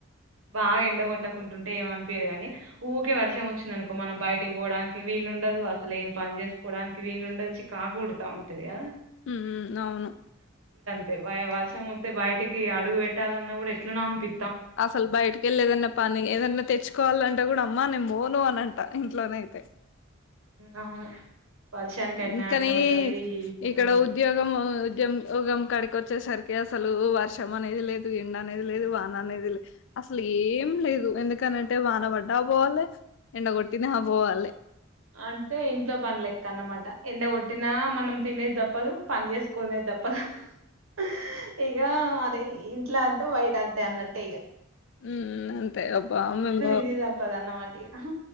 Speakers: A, on the right; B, on the left.
A: బాగా ఎండగొట్టకుంటుంటే ఏమనిపియాదు గానీ ఊకే వర్షం వచ్చింది అనుకో మనం బయటకి పోవడానికి వీలు ఉండదు అసలు ఏం పని చేసుకోవడానికి వీలుండదు చికాకు కొడుతా ఉంటది కదా
B: ఊమ్ అవును
A: ది వయ వస్ మోతె బయటికి అడుగు పెట్టాలన్నా కూడా ఎట్లనో అనిపి
B: అసలు బయటకెళ్ళి ఏదన్నా పని ఏదన్నా తెచ్చుకోవాలంటే కూడా అమ్మా నే బోను అనంట ఇంట్లోనైతే
A: అవునా అవును వర్షానికైతేనే
B: ఇకానీ
A: అట్లా అట్లా ఉంటది. ఇప్పుడు
B: ఇక్కడ ఉద్యోగం ఉద్యమ ఉగం గడికో వచ్చేసరికి అసలు వర్షం అనేది లేదు ఎండ అనేది లేదు వాన అనేది లేదు అసలు ఏం లేదు ఎందుకనంటే వాన పడ్డా బోవాలి ఎండ కొట్టినా బోవాలే
A: అంటే ఇంట్లో పనుల ఎక్కన్నమాట ఎండ గొట్టినా మనం తినేది ద పదు పని చేసుకోనేది తప్ప ఆహ్ హా ఇక అదే ఇంట్ల ఉమ్ వైట్ అంతే అన్నట్టే ఇక
B: ఊమ్ అంతే అబ్బా మేమ్ బో
A: ఇది తప్పదు అన్నమాట ఇగ.